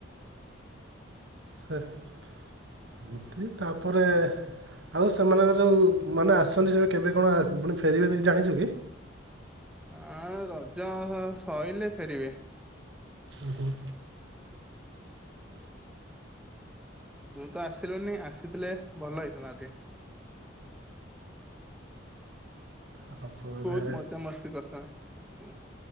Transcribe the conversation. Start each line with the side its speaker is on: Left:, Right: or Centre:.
Right: ସେ ଏମିତି ତାପରେ ଆଉ ସେମାନଙ୍କର ଯଉ ମାନେ ଆସନ୍ତି ସେ କେବେ କଣ ପୁଣି ଫେରିବେ ସେ ଜାଣିଛୁ କି?
Centre: ହଁ ରଜ ସଇଲେ ଫେରିବେ।
Right: ଉଁ ହୁଁ।
Centre: ତୁ ତ ଆସିଲୁନି ଆସିଥିଲେ ଭଲ ହେଇଥାନ୍ତା ଆଉ ଟିକେ।
Right: ତାପରେ
Centre: ବହୁତ ମଜା ମସ୍ତି କରିଥାନ୍ତେ